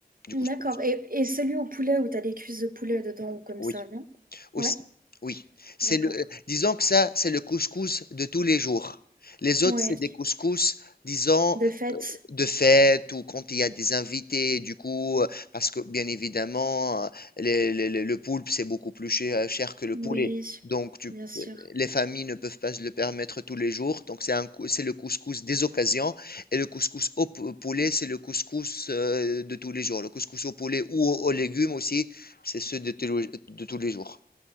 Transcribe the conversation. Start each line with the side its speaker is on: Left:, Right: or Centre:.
Left: du
Right: d'accord.
Left: couscous.
Right: Et, et celui au poulet où t'as des cuisses de poulet dedans ou comme
Left: Oui.
Right: ça, non?
Left: Aussi,
Right: Ouais,
Left: oui. C'est
Right: d'accord.
Left: le, euh, disons que ça, c'est le couscous de tous les jours. Les
Right: Ouais,
Left: autres, c'est des couscous, disons,
Right: de fait.
Left: de fête ou quand il y a des invités, du coup, euh, parce que bien évidemment, euh, le, le- le- le poulpe, c'est beaucoup plus cher, euh, cher que le
Right: Oui,
Left: poulet. Donc, tu-
Right: bien sûr.
Left: euh, les familles ne peuvent pas se le permettre tous les jours. Donc, c'est un, cou- c'est le couscous des occasions. Et le couscous au pou- poulet, c'est le couscous euh, de tous les jours. Le couscous au poulet ou au- aux légumes aussi, c'est ceux de tous les de tous les jours.